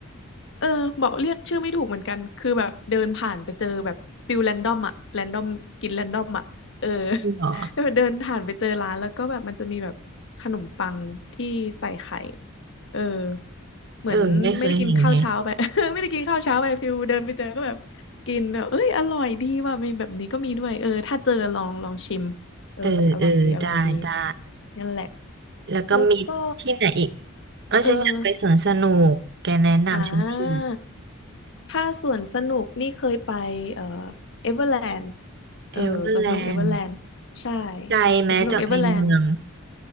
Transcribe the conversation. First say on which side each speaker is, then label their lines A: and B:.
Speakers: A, on the left; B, on the right.
A: เออบอกเรียกชื่อไม่ถูกเหมือนกันคือแบบเดินผ่านไปเจอแบบฟิลแรนดอมอะแรนดอมกินแรนดอมอะเออ
B: เหรอ
A: <laughs> แล้วเดินผ่านไปเจอร้านแล้วก็แบบมันจะมีแบบขนมปังที่ใส่ไข่เออเหมือนไม่ได้กินข้าวเช้าไป
B: เออไม่เคยเห็นไง
A: <laughs> ไม่ได้กินข้าวเช้าไปฟิลเดินไปเจอก็แบบกินแบบเอ้ยอร่อยดีว่ะมีแบบนี้ก็มีด้วยเออถ้าเจอลองลองชิมเอออร่อยดีอร่อยดี
B: เออเออได้ได้
A: นั่นแหละ
B: แล้วก็มีที่ไหนอีก
A: แล้วก็
B: เออฉันอยากไปสวนสนุกแกแนะนำฉันที
A: เอออ่า ถ้าสวนสนุกนี่เคยไปเอ่อเอเวอร์แลนด์เออสวนสนุกเอเวอร์แลนด์ใช่
B: เอเวอร์แลนด์ไกลแม้จากในเมือง
A: สวนสนุกเอเวอร์แลนด์